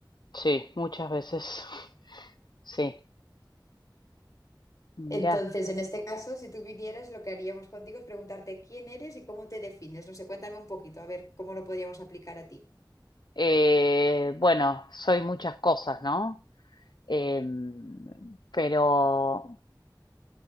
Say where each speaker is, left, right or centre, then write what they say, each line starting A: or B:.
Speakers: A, on the left; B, on the left.
A: Sí, muchas veces. Sí, mira.
B: Entonces, en este caso, si tú vinieras, lo que haríamos contigo es preguntarte quién eres y cómo te defines. No sé, cuéntame un poquito, a ver cómo lo podríamos aplicar a ti.
A: Eh, bueno, soy muchas cosas, ¿no? Em, pero